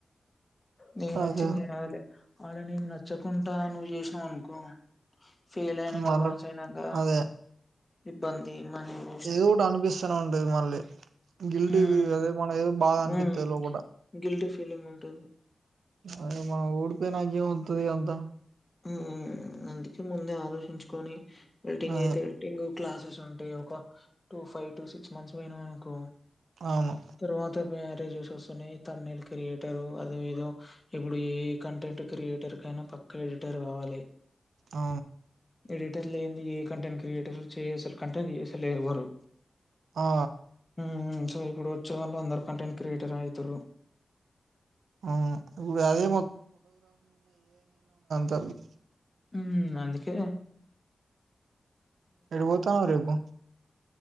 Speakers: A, on the left; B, on the right.
A: నీకు నచ్చింది
B: అదే
A: తినాలె ఆడ నీకు నచ్చకుంట నువ్వు చేస్ అన్కో ఫెయిల్ అయినంక
B: వాళ్ళ
A: పాస్ అయినంక
B: అదే
A: ఇబ్బంది. మనీ వేస్ట్
B: ఏదో ఒకటి అనిపిస్తనే ఉంటడి మళ్ళీ గిల్టీవి
A: హ్మ్
B: అదే మన ఏదో బాగా అనిపిత్తది
A: హ్మ్
B: లోపట
A: గిల్టీ ఫీలింగ్ ఉంటుంది.
B: అదే మా ఊడిపో నాకేం వత్తది అంతా
A: ఆ అందుకే ముందే ఆలోచించుకొని ఎడిటింగ్
B: అదే
A: అయితే ఎడిటింగ్ క్లాసెస్ ఉంటే ఒక two five two six months పోయినవనుకో
B: అవును
A: తర్వాత పే చేసి వస్తున్నయి తన్నిల్ క్రియేటరూ అదో ఏదో ఇప్పుడు ఏ కంటెంట్ క్రియేటర్కైనా పక్క ఎ టర్ కావాలె.
B: ఆ
A: ఎడిటర్ లేంది ఏ కంటెంట్ క్రియేటర్ చేయ అసల్ కంటెంట్ చేస్తలేరు ఎవ్వరు
B: ఆ
A: మ్ సో ఇప్పుడు ఉత్సవాల్లో అందరు కంటెంట్ క్రియేటర్ అయితుంరు
B: అవును ఇప్పుడు అదే తల్లి
A: మ్ అందుకే
B: ఎటు పోతాన్నవ్ రేపు